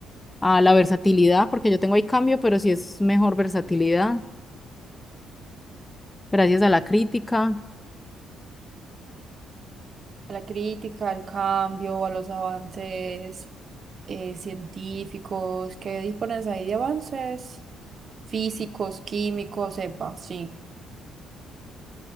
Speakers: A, on the left (about 20°); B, on the right (about 50°).
A: a la versatilidad, porque yo tengo ahí cambio, pero sí es mejor versatilidad gracias a la crítica,
B: A la crítica, al cambio, a los avances eh, científicos, que dispones ahí de avances físicos, químicos, sepa, sí.